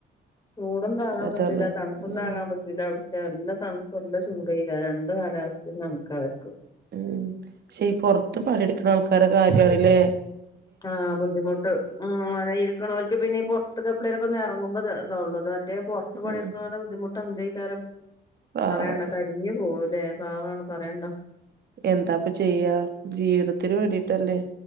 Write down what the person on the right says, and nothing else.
അതാണ്
ഉം
ഉം പക്ഷെ ഈ പൊറത്ത് പണിയെടുക്കണ ആൾക്കാരെ കാര്യാണല്ലേ
ഉം
പാവം
എന്താപ്പൊ ചെയ്യാ ജീവിതത്തിന് വേണ്ടിട്ടല്ലേ